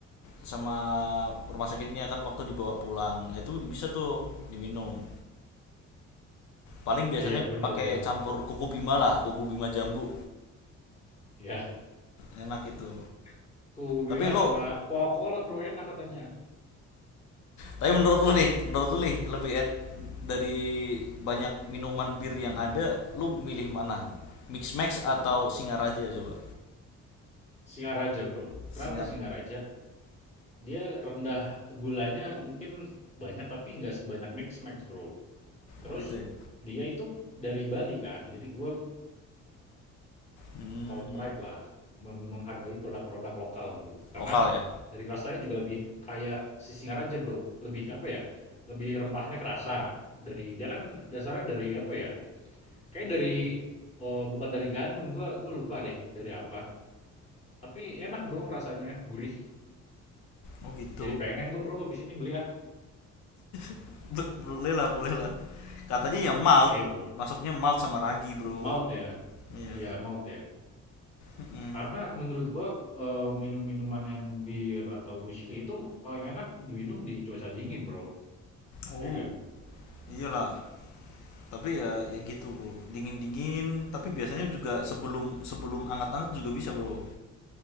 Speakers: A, on the left (about 70°); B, on the left (about 20°).
A: sama rumah sakitnya kan waktu dibawa pulang. Nah itu bisa tuh diminum. Paling biasanya
B: iya bener
A: pakai
B: bener
A: campur
B: bener
A: kuku bima lah, kuku bima jambu.
B: iya
A: Enak itu.
B: <laughs> Kubu
A: Tapi lo
B: sama Coca-Cola bro enak katanya
A: Tapi menurut lu nih, menurut lu nih lebih en- dari banyak minuman bir yang ada, lu milih mana? Mix Max atau Singaraja coba?
B: Singaraja bro
A: Singar.
B: kenapa Singaraja Dia rendah gulanya mungkin banyak tapi nggak sebanyak Mix Max, Bro. Terus
A: Oh gitu ya.
B: dia itu dari Bali kan, jadi gue
A: Hmm,
B: local pride lah menghargai produk-produk lokal, Bro. Karena
A: lokal ya.
B: dari rasanya juga lebih kayak si Singaraja, Bro. Lebih apa ya? Lebih rempahnya kerasa. Dari dia kan dasarnya dari apa ya? Kayak dari oh, bukan dari gandum, gue gue lupa deh dari apa. Tapi enak, Bro, rasanya, gurih.
A: Oh gitu.
B: Jadi pengen gue, Bro, habis ini beli ah.
A: <laughs> Be- Boleh lah, boleh lah. Katanya ya malt,
B: Iya, Bro.
A: masuknya malt sama ragi, Bro.
B: Malt ya,
A: Iya.
B: ya malt ya.
A: Mm-mm.
B: Karena menurut gua eh, minum-minuman yang bir atau whisky itu paling enak diminum di cuaca dingin bro,
A: Oh,
B: ya gak?
A: iyalah. Tapi ya ya gitu, Bro. Dingin-dingin, tapi biasanya juga sebelum sebelum anget-anget juga bisa, Bro. <laughs>